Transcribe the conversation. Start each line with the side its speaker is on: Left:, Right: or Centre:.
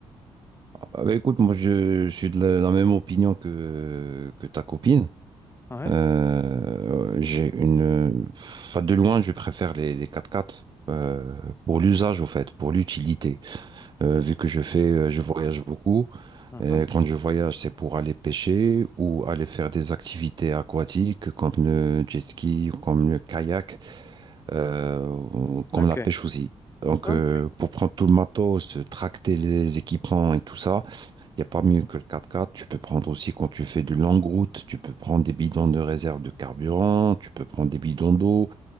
Right: Ah bah écoute, moi je, je suis de la, la même opinion que, que ta copine.
Left: Ouais.
Right: Euh, j'ai une, enfin, de loin, je préfère les, les quatre-quatre euh, pour l'usage au fait, pour l'utilité. Euh, vu que je fais, euh, je voyage beaucoup.
Left: mhm.
Right: Et quand je voyage, c'est pour aller pêcher ou aller faire des activités aquatiques comme le jet ski, ou comme le kayak, euh, ou comme
Left: Ok.
Right: la pêche aussi. Donc,
Left: Ok.
Right: euh, pour prendre tout le matos, tracter les équipements et tout ça. Il n'y a pas mieux que le 4x4. Tu peux prendre aussi quand tu fais de longue route, tu peux prendre des bidons de réserve de carburant, tu peux prendre des bidons d'eau,